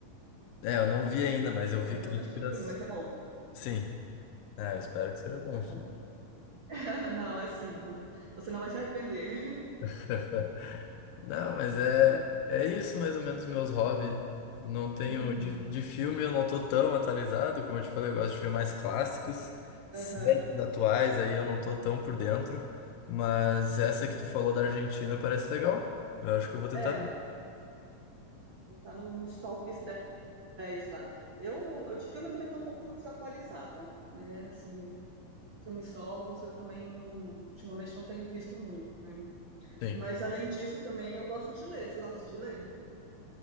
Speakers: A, on the left; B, on the right.
A: É, eu não vi ainda, mas eu vi
B: É, faz
A: críticas.
B: bastante tempo que eu vi, mas é bom.
A: Sim. É, eu espero que seja bom.
B: É bom. <laughs> Não, é assim, não- você não vai se arrepender.
A: <laughs> Não, mas é,
B: É,
A: é isso mais ou menos meus hobbies. Não tenho
B: uhum,
A: de, de filme, eu não tô tão atualizado, como eu te falei, eu gosto de ver mais clássicos, séries
B: aham.
A: atuais, aí eu não tô tão por dentro, mas essa que tu falou da Argentina parece legal. Eu acho que eu vou tentar
B: É,
A: ver.
B: tá no- nos tops 10 lá. Eu, eu de filme eu também tô um pouco desatualizada, né? Assim, eu- filmes novos eu também não, ultimamente não tenho visto muito, né?
A: Sim.
B: Mas além disso também eu gosto de ler. Você gosta de ler?